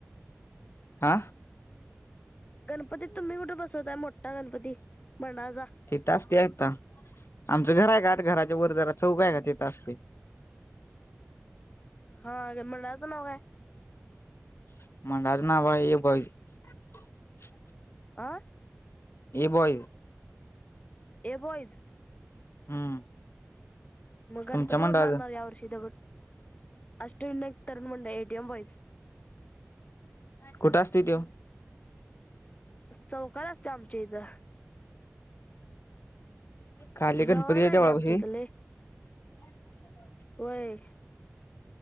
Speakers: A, on the left (about 55°); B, on the left (about 30°).
A: आ.
B: गणपती तुम्ही कुठे बसवताय मोठा गणपती मंडळाचा
A: तिथं असतेय आता आमचं घर आहे का आता घराच्या वरजारा चौघ आहे का तिथं असते
B: हा अगर मडळाचं नाव काय?
A: <inaudible>
B: आ.
A: ए बोय
B: ए बॉईज?
A: हम्म.
B: <inaudible>
A: तुमच्या मंडळाचं
B: <inaudible>
A: कुठं असतय तो
B: चौकात असते आमच्या इथं
A: खाली
B: जवळच
A: गणपती
B: आहे
A: देवळापशी
B: रे आमच्या इथं लय
A: <unintelligible>
B: होय.